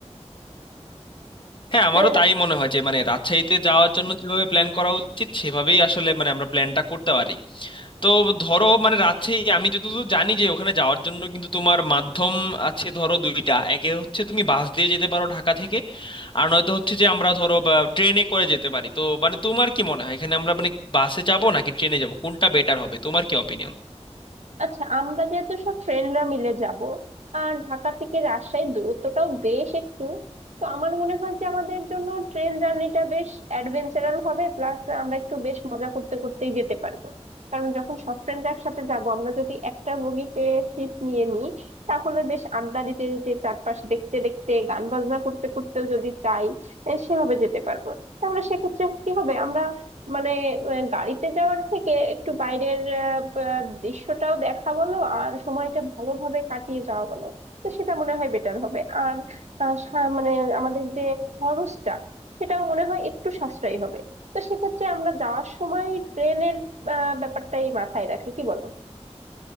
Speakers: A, on the left (about 45°); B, on the right (about 80°).
A: হ্যাঁ আমারও
B: মানে
A: তাই মনে হয় যে মানে রাজশাহীতে যাওয়ার জন্য যেভাবে প্ল্যান করা উচিত সেভাবেই আসলে মানে আমরা প্ল্যানটা করতে পারি তো ধরো মানে রাজশাহী আমি যতদূর জানি যে ওখানে যাওয়ার জন্য কিন্তু তোমার মাধ্যম আছে ধরো দুইটা একে হচ্ছে তুমি বাস দিয়ে যেতে পারো ঢাকা থেকে আর নয়তো হচ্ছে যে আমরা ধরো বা, ট্রেনে করে যেতে পারি তো মানে তোমার কি মনে হয় এখানে আমরা মানে বাসে যাবো নাকি ট্রেনে যাবো কোনটা বেটার হবে তোমার কি অপিনিয়ন
B: আচ্ছা আমরা যেহেতু সব ফ্রেন্ডরা মিলে যাব আর ঢাকা থেকে রাজশাহীর দূরত্বটাও বেশ একটু তো আমার মনে হয় যে আমাদের জন্য ট্রেন জার্নিটা বেশ অ্যাডভেঞ্চারাল হবে প্লাস আমরা একটু বেশ মজা করতে করতেই যেতে পারবো কারণ যখন সব ফ্রেন্ডরা একসাথে যাব আমরা যদি একটা বগিতে সিট নিয়ে নিই তাহলে বেশ আড্ডা দিতে দিতে চারপাশ দেখতে দেখতে গান বাজনা করতে করতেও যদি চাই এ, সেভাবে যেতে পারবো তাহলে সেক্ষেত্রে কি হবে আমরা মানে আহ, গাড়িতে যাওয়ার থেকে একটু বাইরের আহ, আহ, দৃশ্যটাও দেখা বলো আর সময়টা ভালোভাবে কাটিয়ে যাওয়া বলো তো সেটা মনে হয় বেটার হবে আর আহ, সা- মানে আমাদের যে খরচটা সেটাও মনে হয় একটু সাশ্রয়ী হবে তো সেক্ষেত্রে আমরা যাওয়ার সময় ট্রেনের আহ, ব্যাপারটাই মাথায় রাখি কি বলো